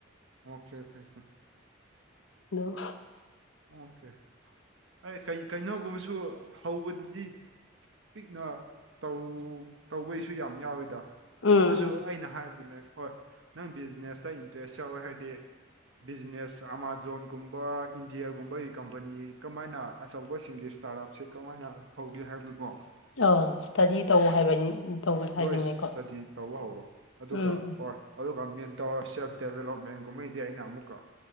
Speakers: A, on the right (about 70°); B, on the left (about 80°).
A: ꯑꯣꯀꯦ ꯑꯣꯀꯦ
B: ꯗꯣ
A: ꯑꯣꯀꯦ ꯑꯩ ꯀꯩ ꯀꯩꯅꯣꯒꯨꯝꯕꯁꯨ ꯍꯧꯕꯗꯨꯗꯤ ꯄꯤꯛꯅ ꯇ‌ꯧ ꯇꯧꯕꯩꯁꯨ ꯌꯥꯝ ꯌꯥꯎꯋꯤꯗ
B: ꯎꯝ
A: ꯑꯗꯨꯁꯨ
B: ꯎꯝ
A: ꯑꯩꯅ ꯍꯥꯏꯕꯗꯨꯅꯦ ꯍꯣꯏ ꯅꯪ ꯕꯤꯖꯤꯅꯦꯁꯇ ꯏꯟꯇꯔꯦꯁ ꯌꯥꯎꯋꯦ ꯍꯥꯏꯗꯤ ꯕꯤꯖꯤꯅꯦꯁ ꯑꯃꯥꯥꯖꯣꯟꯒꯨꯝꯕ ꯗꯤꯌꯥꯔꯒꯨꯝꯕꯒꯤ ꯀꯝꯄꯅꯤ ꯀꯃꯥꯏꯅ ꯑꯆꯧꯕꯁꯤꯡꯒꯤ ꯏꯁꯇꯥꯔꯠ ꯑꯞꯁꯦ ꯀꯃꯥꯏꯅ ꯍꯧꯒꯦ ꯍꯥꯏꯕꯗꯨꯀꯣ
B: ꯑ ꯏꯁ꯭ꯇꯗꯤ ꯇꯧ ꯍꯥꯏꯕꯅꯤ ꯇꯧꯋꯦ ꯍꯥꯏꯕꯅꯤꯀꯣ
A: ꯂꯣꯏ ꯏꯁꯇꯗꯤ ꯇꯧꯕ ꯍꯧꯔꯣ ꯑꯗꯨꯒ
B: ꯎꯝ ꯎꯝ
A: ꯍꯣꯏ ꯑꯗꯨꯒ ꯃꯦꯟ ꯇꯧꯔ ꯁꯦꯜꯐ ꯗꯦꯕꯦꯂꯞꯃꯦꯟꯒꯨꯝꯕꯩꯗꯤ ꯑꯩꯅ ꯑꯃꯨꯛꯀ